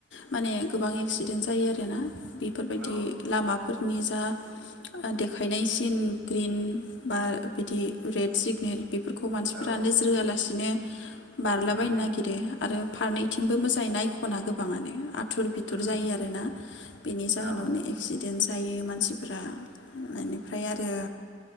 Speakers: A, on the left; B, on the right.
A: माने गोबां एक्सिडेन्ट जायो आरोना। बेफोरबायदि
B: औ
A: लामाफोर निजा ओ देखायनायसिन ग्रिन बा बिदि रेड सिगनेल बेफोरखौ मानसि फोरा
B: औ
A: नोजोर होआलासिनो बारलाबायनो
B: उम
A: नागिरो
B: औ
A: आरो फारनैथिंबो मोजाङै नाय ख'ना गोबाङानो आ थुर बिथिुर
B: उम
A: जायो आरोना बेनि जाहोनावनो
B: उम औ
A: एक्सिडेन्ट जायो मानसिफोरा इनिफ्राय आरो